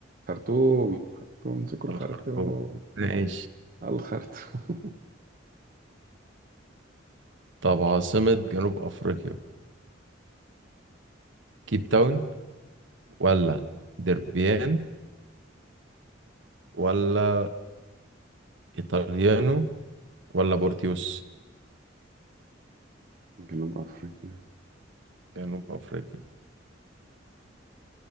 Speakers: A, on the right; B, on the right.
A: خرطوم خرطوم امسكوا
B: الخرطوم
A: الخرطوم
B: ماشي
A: الخرطوم
B: طب عاصمة جنوب افريقيا كيب تاون ولا دربيان ولا ايطاليانو ولا بورتيوس
A: <laughs> جنوب افريقيا
B: جنوب افريقيا